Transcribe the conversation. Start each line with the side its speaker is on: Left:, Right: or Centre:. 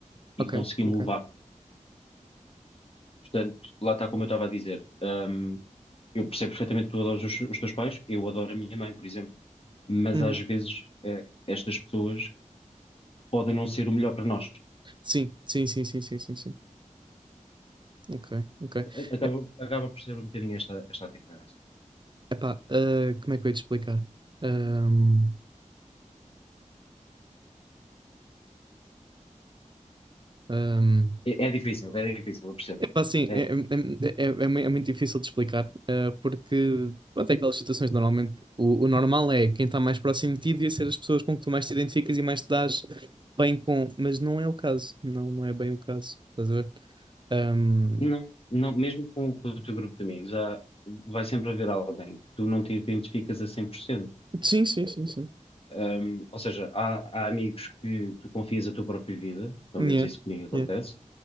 Right: Ok,
Left: e conseguiu-me
Right: ok.
Left: levar. Portanto, lá está como eu estava a dizer. hum, eu percebo perfeitamente que tu adoras os, os teus pais, eu adoro a minha mãe, por exemplo, mas
Right: Uhum.
Left: às vezes eh, estas pessoas podem não ser o melhor para nós.
Right: Sim, sim, sim, sim, sim, sim, sim. Ok, ok.
Left: A- Acaba,
Right: E-
Left: acaba por ser um bocadinho esta, esta a diferença.
Right: Epá, ah, como é que eu ia te explicar? Ahm, ahm,
Left: É, é difícil, é difícil, eu percebo.
Right: Epá, sim,
Left: É,
Right: é, é, é, é, é mui- é muito difícil de explicar, eh, porque até aquelas situações normalmente o, o normal é quem está mais próximo de ti devia ser as pessoas com que tu mais te identificas e mais te dás bem com, mas não é o caso, não, não é bem o caso, estás a ver? Ahm,
Left: não, não, mesmo com, o com o teu grupo de amigos, há, vai sempre haver alguém que tu não te identificas a cem por cento
Right: Sim, sim, sim, sim.
Left: Um, ou seja, há, há amigos que tu confias a tua própria vida, pelo
Right: yeah,
Left: menos isso comigo acontece,
Right: yeah,